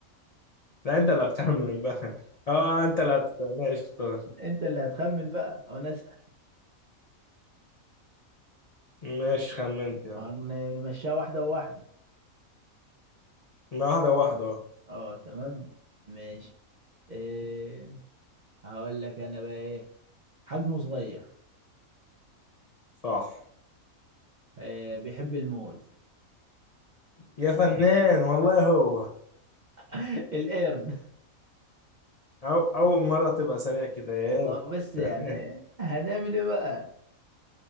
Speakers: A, on the left; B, on the right.
A: لا انت اللي هتخمن بقى <laughs> اه انت اللي هت... ماشي اختار
B: انت اللي هتخمن بقى وانا اسأل
A: ماشي خمنت يلا
B: ما هن- نمشيها واحدة واحدة
A: ما واحدة واحدة اه
B: اه تمام ماشي إيه هقول لك انا بقى ايه حجمه صغير
A: صح
B: إيه بيحب الموز
A: يا فنان والله هو
B: <laughs> القرد
A: أو... أول مرة تبقى سريع كده يا قرد
B: ما هو بس يعني
A: <laughs>
B: هنعمل ايه بقى